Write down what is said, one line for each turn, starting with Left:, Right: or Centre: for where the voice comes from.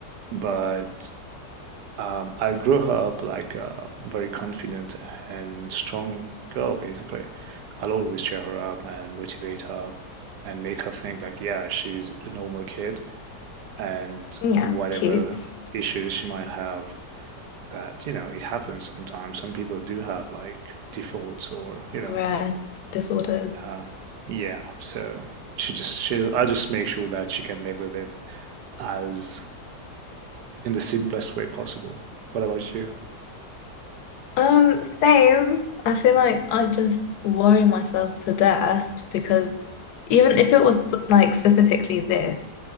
Right: But Um, I grew up like a very confident and strong girl, basically. I'll always cheer her up and motivate her and make her think like, yeah, she's a normal kid and
Left: yeah,
Right: whatever
Left: cute,
Right: issues she might have, that, you know, it happens sometimes. Some people do have like defaults or, you know,
Left: rare disorders.
Right: uh, yeah. So she just, she, I just make sure that she can live with it as in the simplest way possible. What about you?
Left: Um, same. I feel like I just worry myself to death because even if it was like specifically this,